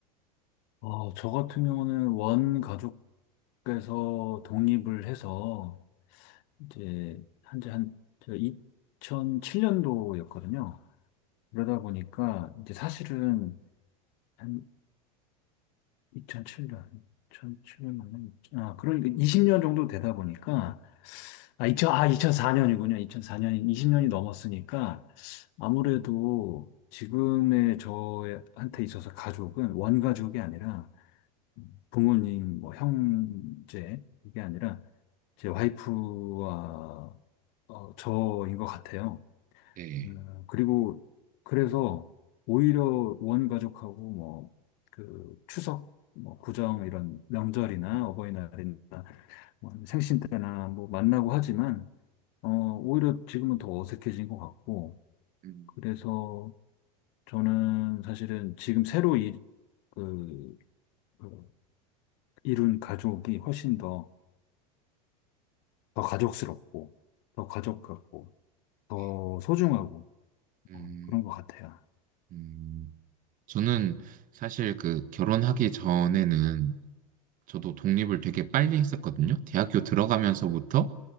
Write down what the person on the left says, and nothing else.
어, 저 같은 경우는 원 가족께서 독립을 해서 이제 한지 한 2007년도였거든요. 그러다 보니까 이제 사실은 한 2007년, 2007년 맞나요? 아, 그러니까 20년 정도 되다 보니까 아, 2 0 0 아, 2004년이군요. 2004년, 20년이 넘었으니까 아무래도 지금의 저한테 있어서 가족은 원가족이 아니라 부모님, 뭐 형제 이게 아니라 제 와이프와 어, 저인 것 같아요.
음, 그리고 그래서 오히려 원가족하고 뭐 그 추석, 뭐 구정 이런 명절이나
어버이날이나 뭐 생신 때나 뭐 만나고 하지만 어, 오히려 지금은 더 어색해진 것 같고
그래서 저는 사실은 지금 새로 이, 그, 그 이룬 가족이 훨씬 더 더 가족스럽고, 더 가족 같고, 더
소중하고,
어, 그런 것 같아요.